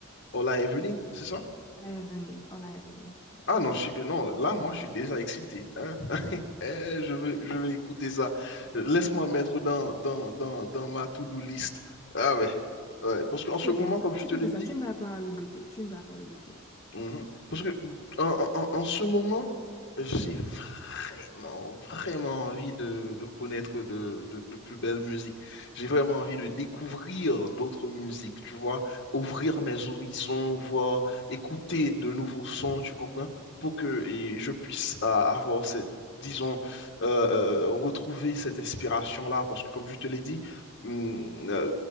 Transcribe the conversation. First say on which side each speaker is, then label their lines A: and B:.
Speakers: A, on the left (about 55°); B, on the left (about 15°).
A: All I ever need, c'est ça?
B: I have a name, all I have a name.
A: Ah non, je suis- non, là, moi, je suis déjà excité. hein. <laughs> Eh, je veux, je veux écouter ça. Laisse-moi mettre dans, dans, dans, dans ma to-do list. Ah ouais. Ouais, Parce qu'en ce
B: Tu
A: moment,
B: peux faire ça,
A: comme je
B: tu
A: te
B: peux
A: l'ai
B: faire
A: dit,
B: ça, tu ne vas pas regretter, tu ne vas pas regretter.
A: mhm, parce que en, en- en- en ce moment, j'ai vraiment, vraiment envie de, de connaître de, de, de plus belles musiques. J'ai vraiment envie de découvrir d'autres musiques, tu vois, ouvrir mes horizons, voir, écouter de nouveaux sons, tu comprends, pour que et je puisse a- avoir cette, disons, euh, euh, retrouver cette inspiration-là, parce que comme je te l'ai dit, hum, euh,